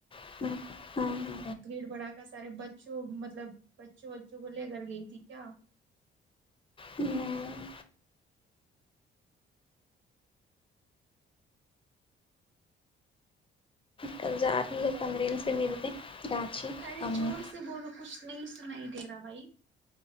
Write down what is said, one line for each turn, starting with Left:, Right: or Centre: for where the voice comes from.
Left: ہوں ہوں
Right: اب بھیڑ بھڑا کر سارے بچوں مطلب بچوں بچوں کو لے کر گئی تھی کیا
Left: میں کل جا رہی
Right: ہیلو
Left: ہے سمرین سے ملتے راناچی
Right: ارے
Left: ہم
Right: زور سے بولو کچھ نہیں سن ہی دے رہا بھائی